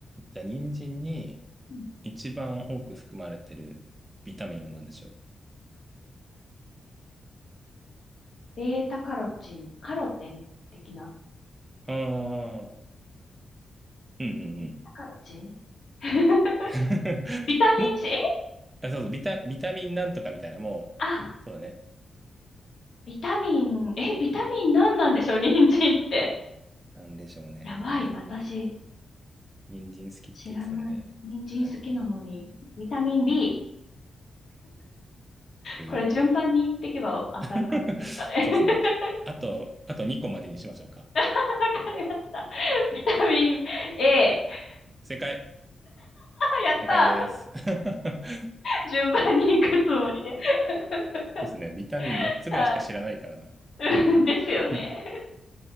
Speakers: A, on the right (about 20°); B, on the left (about 60°).
A: じゃあ、人参に
B: うん。
A: 一番多く含まれてるビタミンは何でしょう
B: ベータカロチン、カロテン的な。
A: ああー、うんうんうん。
B: ベータカロチン <laughs>
A: <laughs>
B: ビタミン
A: も、
B: C、え
A: あ、そうそう、ビタ、ビタミンなんとかみたいな、もう、
B: あ、
A: そうだね。
B: ビタミン、え、ビタミン何なんでしょう、人参って。
A: なんでしょうね。
B: やばい、私、
A: 人参好きって言ってたんで、
B: 知らない。人参好きなのに、
A: はい。
B: ビタミン B。
A: う
B: これ順番に言っていけば当たる感じですかね。
A: <laughs> そうですね。
B: <laughs>
A: あと、あと2個までにしましょうか。
B: わかりました。ビタミン A。<laughs>
A: 正解。
B: あやった
A: 正解です。<laughs>
B: ー <laughs> 順番に行くつもりで。<laughs>
A: そうですね。ビタミン4つぐらいしか知らないからな。
B: はい。<laughs> ですよね。
A: <laughs>